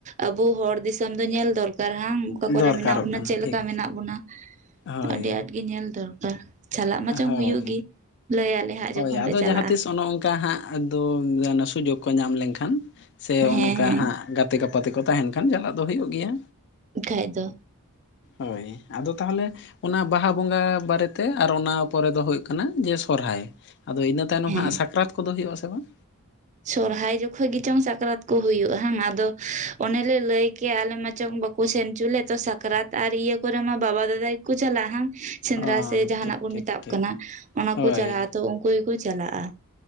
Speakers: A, on the right (about 35°); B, on the left (about 50°).
A: ᱟᱵᱚ ᱦᱚᱲ ᱫᱤᱥᱚᱢ ᱫᱚ ᱧᱮᱞ ᱫᱚᱨᱠᱟᱨ ᱦᱟᱝ᱾ ᱚᱠᱟ ᱠᱚᱨᱮ
B: ᱫᱚᱨᱠᱟᱨᱚᱜ
A: ᱢᱮᱱᱟᱜ ᱵᱚᱱᱟ
B: ᱠᱟᱱᱟ
A: ᱪᱮᱫ
B: ᱴᱷᱤᱠ
A: ᱞᱮᱠᱟ ᱢᱮᱱᱟᱜ ᱵᱚᱱᱟ
B: ᱦᱳᱭ
A: ᱟᱹᱰᱤ ᱟᱸᱴ ᱜᱮ ᱧᱮᱞ ᱫᱚᱨ ᱠᱟᱨ ᱪᱟᱞᱟᱜ ᱢᱟᱪᱚᱝ
B: ᱦᱳᱭ
A: ᱦᱩᱭᱩᱜ ᱜᱤ ᱞᱟᱹᱭᱟᱞᱮ ᱦᱟᱸᱜ
B: ᱦᱳᱭ
A: ᱡᱚᱠᱷᱚᱱ
B: ᱟᱫᱚ
A: ᱞᱮ ᱪᱟᱞᱟᱜᱼᱟ᱾
B: ᱡᱟᱦᱟᱸ ᱛᱤᱥ ᱚᱱᱮ ᱚᱱᱠᱟ ᱦᱟᱸᱜ ᱫᱚ ᱥᱩᱡᱳᱜᱽ ᱠᱚ ᱧᱟᱢ ᱞᱮᱱᱠᱷᱟᱱ ᱥᱮ
A: ᱦᱮᱸ
B: ᱚᱱᱠᱟ
A: ᱦᱮᱸ
B: ᱦᱟᱸᱜ ᱜᱟ ᱛᱮ ᱜᱟᱯᱟᱛᱮ ᱠᱚ ᱛᱟᱦᱮᱸᱱ ᱠᱷᱟᱱ ᱪᱟᱞᱟᱜ ᱫᱚ ᱦᱩᱭᱩᱜ ᱜᱮᱭᱟ,
A: ᱵᱟᱠᱷᱟᱡ ᱫᱚ,
B: ᱦᱳᱭ ᱟᱫᱚ ᱛᱟᱦᱚᱞᱮ ᱚᱱᱟ ᱵᱟᱦᱟ ᱵᱚᱸᱜᱟ ᱵᱟᱨᱮᱛᱮ ᱟᱨ ᱚᱱᱟ ᱯᱚᱨᱮ ᱫᱚ ᱦᱩᱭᱩᱜ ᱠᱟᱱᱟ ᱱᱤᱭᱟᱹ ᱥᱚᱨᱦᱟᱭ ᱟᱫᱚ ᱤᱱᱟᱹ ᱛᱟᱭᱱᱚᱢ
A: ᱦᱮᱸ
B: ᱫᱚ ᱦᱟᱸᱜ ᱥᱟᱠᱨᱟᱛ ᱠᱚᱫᱚ ᱦᱩᱭᱩᱜ ᱟᱥᱮ ᱵᱟᱝ?
A: ᱥᱚᱨᱦᱟᱭ ᱡᱚᱠᱷᱚᱱ ᱜᱮᱪᱚᱝ ᱥᱟᱠᱨᱟᱛ ᱠᱚ ᱦᱩᱭᱩᱜ ᱵᱟᱝ ᱟᱫᱚ ᱚᱱᱮ ᱞᱮ ᱞᱟᱹᱭ ᱠᱮᱭᱟ ᱟᱞᱮ ᱢᱟ ᱪᱚᱝ ᱵᱟᱠᱚ ᱥᱮᱱ ᱦᱚᱪᱚ ᱞᱮ ᱛᱚ ᱥᱟᱠᱨᱟᱛ ᱟᱨ ᱤᱭᱟᱹ ᱠᱚᱨᱮ ᱢᱟ ᱵᱟᱵᱟ ᱫᱟᱫᱟ ᱜᱮᱠᱚ ᱪᱟᱞᱟᱜ ᱦᱟᱝ ᱥᱮᱸᱫᱽᱨᱟ
B: ᱚ
A: ᱥᱮ ᱡᱟᱦᱱᱟᱜ
B: ᱴᱷᱤᱠ
A: ᱵᱚᱱ
B: ᱴᱷᱤᱠ
A: ᱢᱮᱛᱟᱜ
B: ᱴᱷᱤᱠ
A: ᱠᱟᱱᱟ ᱚᱱᱟ
B: ᱦᱳᱭ
A: ᱠᱚ ᱪᱟᱞᱟᱜ-ᱟ ᱛᱚ ᱩᱱᱠᱩ ᱜᱮᱠᱚ ᱪᱟᱞᱟᱜ-ᱟ᱾